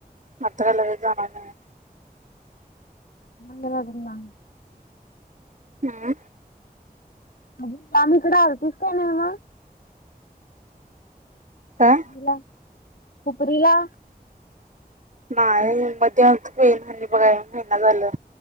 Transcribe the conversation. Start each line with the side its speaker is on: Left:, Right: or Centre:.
Right: अत ल जा म्हन
Left: नाम
Right: हम्म
Left: अ ला म चढालतीस त्या नाही म
Right: काय
Left: ला उपरला
Right: नाही मध्ये अस होईल आणि बघा महिना झालं